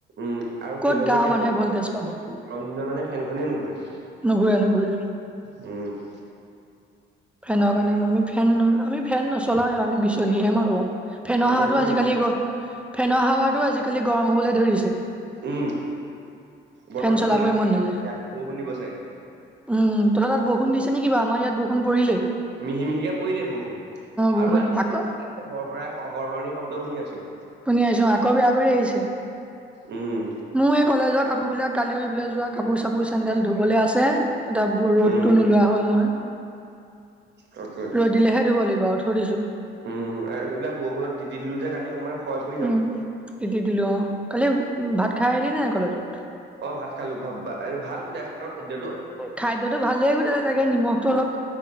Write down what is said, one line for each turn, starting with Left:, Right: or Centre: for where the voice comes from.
Right: উম আৰু
Centre: ক'ত
Right: সেইবাবে
Centre: গাঁৱৰ
Right: এতিয়া
Centre: মানুহে
Right: গম
Centre: ভল্টেজ পাব
Right: গৰম দিনত মানে ফেনখনে নুঘৰেে
Centre: নুঘূৰে নুঘূৰে
Right: উম
Centre: ফেনৰ কাৰণে আমি ফেন ন আমি ফেন নচলাই আমি বিচনীহে মাৰো ফেনৰ
Right: বতৰটো
Centre: হাৱাটো
Right: দেখিছা
Centre: আজিকালি গ--ফেনৰ হাৱাতো আজিকালি গৰম হবলৈ ধৰিছে
Right: উম বতৰটো
Centre: ফেন চলাবই
Right: ক'লা ম-
Centre: মন নাযায়
Right: ইয়াতো বৰষুণ দিব চাগে
Centre: উম ত তাত বৰষুণ দি চ নেকিবা আমাৰ ইাত বৰু পৰিলে
Right: মিহি মিহিকে পৰিলে বৰষুণ
Centre: বৰষুণ
Right: আৰুৰ
Centre: আকৌ
Right: শই হৰ শৰণি শব্দ শুনি আছো
Centre: শুনি আহিছো আকৌ বিয়া কৰি আহিছে
Right: উম,
Centre: মোৰ এই কলেজত কাপোৰ বিলাক কালি বিলাই যোৱা কাপোৰ চাপোৰ চেন্দেল ধুবলৈ আছে এটা ৰ'দটো
Right: উম,
Centre: নোলোৱা হ'ল নহয়
Right: তাকে উম
Centre: ৰ'দ দিলেহে ধুব লাগিব আৰু থৈ দিছো
Right: আৰু এইবিলাক বৰষুণত তিতি দিলো যে কালি অকমান ক্ষয় পৰি যাব।
Centre: উম তিতি দিলো অ কালি ভাত খাই আহিলি নোই কলেজত
Right: অ ভাত খালো ভ ভাল গুজাই আছে ন খাদ্যটো
Centre: খাদ্যতো ভালেই গুছে চাগে নিমখটো অলপ